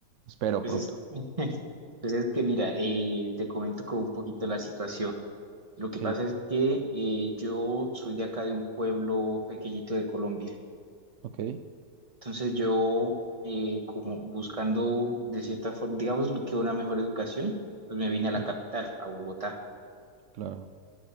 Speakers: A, on the right; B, on the right.
A: Espero
B: pues
A: pronto.
B: es, <laughs> pues es que mira, eh, te comento como un poquito la situación. Lo que pasa
A: Sí,
B: es que eh, yo soy de acá de un pueblo pequeñito de Colombia.
A: ok.
B: Entonces yo, eh, como buscando de cierta forma, digamos lo que una mejor educación, pues me vine a la
A: Ujú,
B: capital, a Bogotá.
A: Claro.